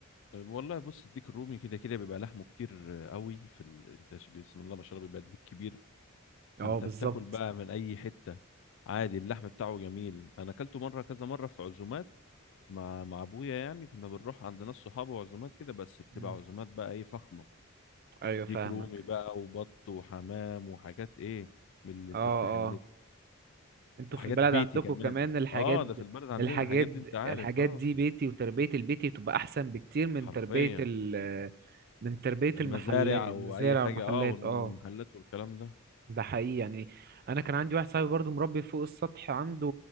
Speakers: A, on the left; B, on the right.
A: طيب والله بص الديك الرومي كده كده بيبقى لحمه كتير آه، قوي في ال... انت ش- بسم الله ما شاء الله بيبقى الديك كبير فانت
B: اه بالظبط
A: بتاكل بقى من اي حتة عادي اللحم بتاعه جميل انا اكلته مرة كذا مرة في عزومات مع مع ابويا يعني كنا بنروح عند ناس صحابه وعزومات كده بس بتبقى
B: مم.
A: عزومات بقى ايه فخمه
B: ايوه
A: ديك
B: فاهمك
A: رومي بقى وبط وحمام وحاجات ايه من اللي
B: اه
A: تفتح
B: اه
A: النفس
B: انتوا
A: وحاجات
B: في البلد
A: بيتي
B: عندكم
A: كمان
B: كمان الحاجات
A: اه ده في البلد عندنا
B: الحاجات
A: الحاجات دي انت عارف
B: الحاجات
A: اه
B: دي بيتي وتربية البيتي بتبقى احسن بكتير من
A: حرفيا
B: تربية ال من تربية
A: المزارع
B: المحلات المزارع
A: او اي حاجه
B: والمحلات
A: اه والمحلات
B: اه
A: والكلام ده
B: ده حقيقي يعني انا كان عندي واحد صاحبي برضو مربي فوق السطح عنده